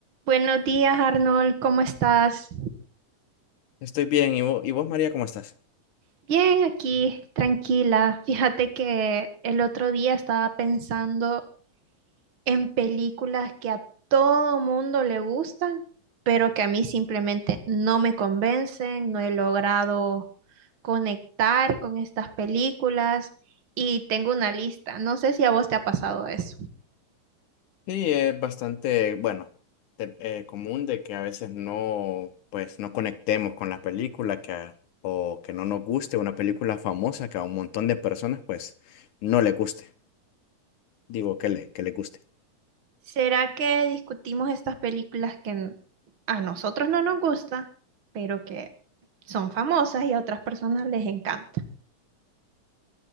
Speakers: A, on the right (about 45°); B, on the left (about 75°).
A: Buenos días, Arnold, ¿cómo estás?
B: Estoy bien. ¿Y vos, y vos, María, cómo estás?
A: Bien, aquí, tranquila. Fíjate que el otro día estaba pensando en películas que a todo mundo le gustan, pero que a mí simplemente no me convencen, no he logrado conectar con estas películas y tengo una lista. No sé si a vos te ha pasado eso.
B: Sí, es bastante, bueno, te- eh, común de que a veces no, pues, no conectemos con la película que, a- o que no nos guste una película famosa que a un montón de personas, pues, no le guste. Digo, que le, que le guste.
A: ¿Será que discutimos estas películas que n- a nosotros no nos gustan, pero que son famosas y a otras personas les encanta?